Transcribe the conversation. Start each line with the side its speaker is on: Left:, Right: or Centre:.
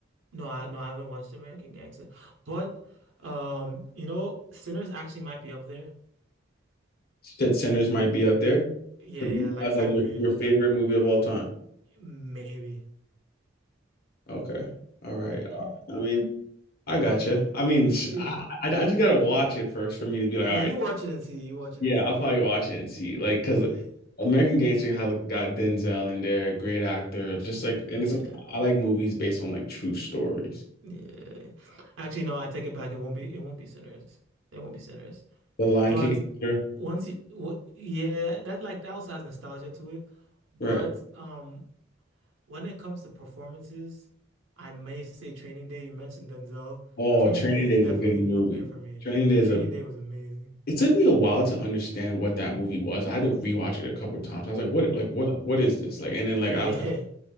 Right: No, I no, I haven't watched American Gangster, but um, you know, Sinners actually might be up there.
Left: You Said Sinners might be up there
Right: Yeah,
Left: for you
Right: yeah, like
Left: as like
Right: I really
Left: your your
Right: love
Left: favorite
Right: this.
Left: movie of all time.
Right: Maybe,
Left: Okay. All right.
Right: yeah,
Left: Uh,
Right: yeah,
Left: I mean, I gotcha. I mean, sh-
Right: yeah.
Left: I, I I just gotta watch it first for me to be like, all
Right: Yeah,
Left: right,
Right: You watch it and see. You watch it
Left: yeah,
Right: and see.
Left: I'll probably watch it and see, like, because
Right: Yeah,
Left: American Gangster has like, got Denzel in there, great actor, just like, and
Right: yeah,
Left: it's like I like movies based on like true stories.
Right: yeah. Actually, no, I take it back. It won't be. It won't be Sinners. It won't be Sinners.
Left: The Lion
Right: But
Left: King, sure.
Right: once you, what, yeah, that like that also has nostalgia to it. But
Left: Right.
Right: um, When it comes to performances, I may say Training Day. You mentioned Denzel.
Left: Oh,
Right: Training
Left: Training
Right: Day is
Left: Day
Right: definitely
Left: is a good movie.
Right: up there for me.
Left: Training Day
Right: Yeah,
Left: is
Right: Training
Left: a.
Right: Day was amazing.
Left: It took me a while to understand what that movie was. I had to rewatch it a couple of times. I was like, what, like, what, like, what is this? Like, and then like
Right: Yeah,
Left: I was like,